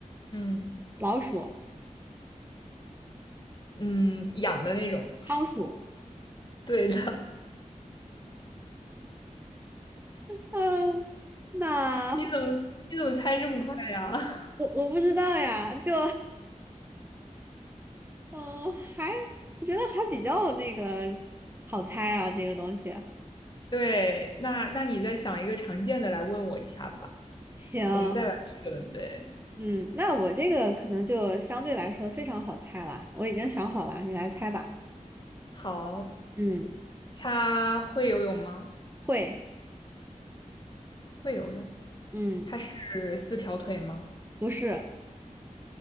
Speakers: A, on the left (about 35°); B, on the right (about 15°).
A: 嗯
B: 老鼠、
A: 嗯，养的那种。
B: 仓鼠，
A: <laughs> 对的，
B: 嗯，那
A: <laughs> 你怎么你怎么猜这么快呀？<laughs>
B: 我我不知道呀，就嗯还我觉得还比较那个好猜啊，这个东西。
A: 对，那那你再想一个常见的来问我一下吧，
B: 行，
A: 我们再来一轮。对，
B: 嗯，那我这个可能就相对来说非常好猜了，我已经想好了，你来猜吧。
A: 好，
B: 嗯，
A: 它会游泳吗？
B: 会，
A: 会游泳。
B: 嗯，
A: 它是四条腿吗？
B: 不是，